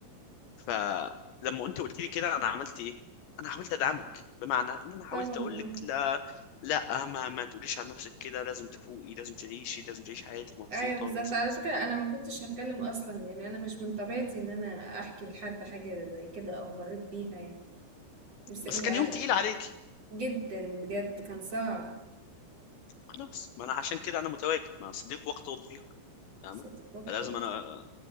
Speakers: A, on the left (about 70°); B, on the right (about 35°).
A: فلما انت قلت لي كده انا عملت ايه انا حاولت ادعمك بمعنى ان انا حاولت
B: طبعا
A: اقول لك لا لا ما ما تقوليش عن نفسك كده لازم تفوقي لازم تعيشي لازم تعيشي حياتك مبسوطه
B: ايوه بالظبط
A: ولازم
B: على
A: لازم
B: فكره انا ما كنتش هتكلم اصلا يعني انا مش من طبيعتي ان انا احكي لحد حاجه زي كده او مريت بيها يعني بس
A: بس
B: ان
A: كان
B: آه،
A: يوم تقيل عليك
B: جدا بجد كان صعب
A: خلاص ما انا عشان كده انا متواجد مع صديق وقته الضيق فاهمه
B: صوتك وقتك
A: فلازم انا
B: دي